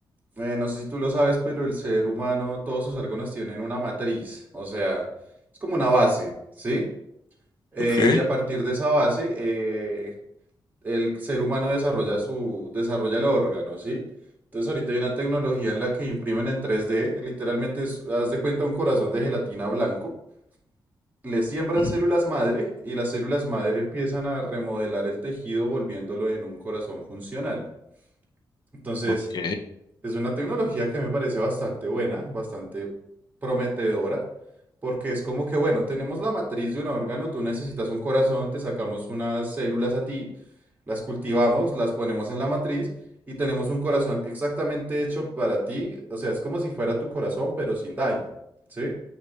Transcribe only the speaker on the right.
eh, no sé si tú lo sabes, pero el ser humano, todos sus órganos tienen una matriz, o sea, es como una base, ¿sí? Eh,
y a partir de esa base, eh, el ser humano desarrolla su, desarrolla el órgano, ¿sí? Entonces ahorita hay una tecnología en la que imprimen en tres d literalmente es- haz de cuenta un corazón de gelatina blanco le siembran
células madre y las células madre empiezan a remodelar el tejido volviéndolo en un corazón funcional. Entonces,
es una tecnología que me parece bastante buena, bastante prometedora, porque es como que, bueno, tenemos la matriz de un órgano, tú necesitas un corazón, te sacamos unas células a ti, las cultivamos, las ponemos en la matriz y tenemos un corazón exactamente hecho para ti, o sea, es como si fuera tu corazón, pero sin daño, ¿sí?